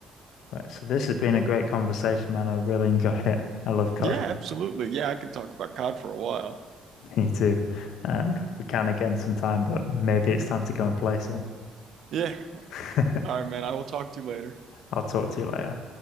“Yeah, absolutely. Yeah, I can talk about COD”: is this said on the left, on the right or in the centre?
Right